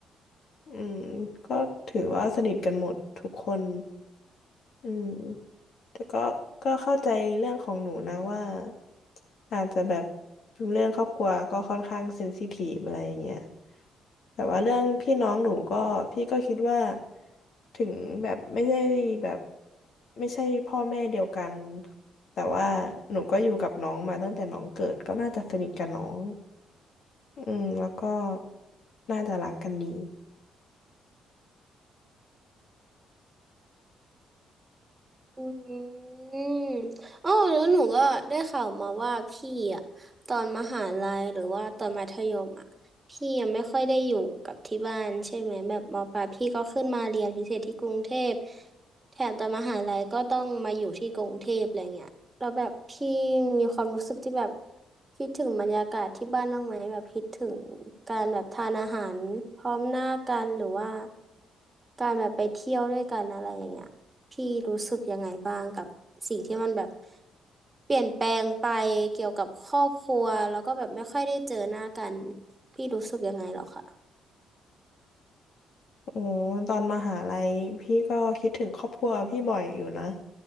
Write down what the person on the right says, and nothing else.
อืมอ๋อแล้วหนูก็ได้ข่าวมาว่าพี่อะตอนมหาลัยหรือว่าตอนมัธยมอะพี่ยังไม่ค่อยได้อยู่กับที่บ้านใช่ไหมแบบมปลายพี่ก็ขึ้นมาเรียนพิเศษที่กรุงเทพแถมตอนมหาลัยก็ต้องมาอยู่ที่กรุงเทพอะไรเงี้ยแล้วแบบพี่มีความรู้สึกที่แบบคิดถึงบรรยากาศที่บ้านบ้างไหมแบบคิดถึงการแบบทานอาหารพร้อมหน้ากันหรือว่าการแบบไปเที่ยวด้วยกันอะไรอย่างเงี้ย พี่รู้สึกยังไงบ้างกับสิ่งที่มันแบบเปลี่ยนแปลงไปเกี่ยวกับครอบครัวแล้วก็แบบไม่ค่อยได้เจอหน้ากันพี่รู้สึกยังไงเหรอคะ